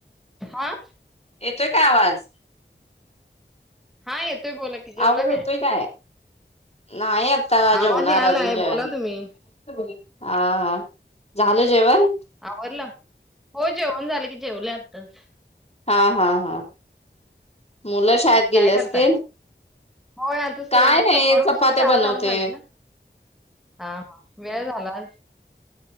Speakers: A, in the centre; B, on the left.
A: हा
B: येतो का आवाज?
A: हा येतोय बोला की जेवला
B: आवाज येतोय काय? नाही आता
A: आवाज
B: जेवणार
A: यालाय
B: अजून जेवायचं
A: बोला तुम्ही
B: हा हा झालं जेवण?
A: आवरलं हो जेवण झालं की जेवल्या आताच.
B: हा हा हा. मुलं शाळेत गेले
A: काय करताय?
B: असतील
A: होय आता सोमवारपसून
B: काय नाही चपात्या
A: शाळा
B: बनवते
A: चालू झाली ना. हा हा वेळ झाला.